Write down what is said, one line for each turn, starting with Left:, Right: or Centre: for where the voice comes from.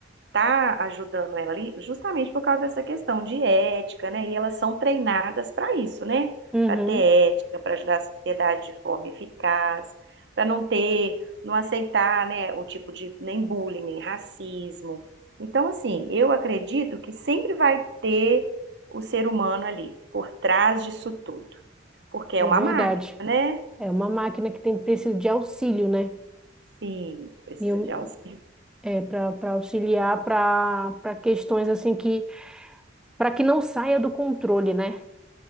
Right: estar ajudando ela ali, justamente por causa dessa questão de ética, né? E elas são treinadas para isso, né?
Centre: Uhum,
Right: Para ter ética, para ajudar a sociedade de forma eficaz, para não ter, não aceitar, né, o tipo de nem bullying, nem racismo. Então, assim, eu acredito que sempre vai ter o ser humano ali, por trás disso tudo. Porque é
Centre: é
Right: uma
Centre: verdade.
Right: máquina, né?
Centre: É uma máquina que tem precisa de auxílio, né?
Right: Sim, precisa
Centre: E eu-
Right: de auxílio.
Centre: é, para para auxiliar para para questões assim que para que não saia do controle, né?